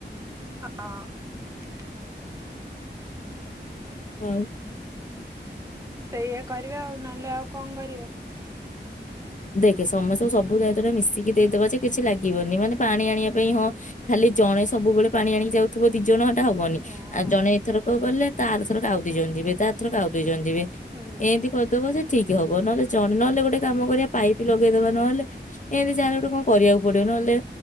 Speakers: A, on the right (about 15°); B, on the left (about 45°).
A: ହଁ
B: ହଉ
A: ସେଇଆା କରିବା ଆଉ ନହେଲେ ଆଉ କଣ କରିବା?
B: ଦେଖେ ସମସ୍ତଙ୍କୁ ସବୁ ଦାୟିତ୍ୱଟା ମିଶିକି ଦେଇଦବା ଯେ କିଛି ଲାଗିବନି ମାନେ ପାଣି ଆଣିବା ପାଇଁ ହଁ ଖାଲି ଜଣେ ସବୁବେଳେ ପାଣି ଆଣିକି ଯାଉଥିବ ଦି ଜଣ ହବନି
A: ନା
B: ଆଉ
A: ହଁ
B: ଜଣେ ଏଇଥର କ ଗଲେ। ତ ଥର କାଉ ଦେଇଛନ୍ତି ବେ ତ ଥର କାଉ ଦେଇଛନ୍ତି। ଯିବେ
A: ହୁଁ।
B: ଏମିତି କରିଦବ ସେ ଠିକ୍ ହବ ନହେଲେ ଜଣେ ନହେଲେ ଗୋଟେ କାମ କରିବା। ପାଇପ ଲଗେଇଦବା ନହେଲେ ଏମିତି ଯାହେଲେ ଗୋଟେ କଣ କରିବାକୁ ପଡିବ ନହେଲେ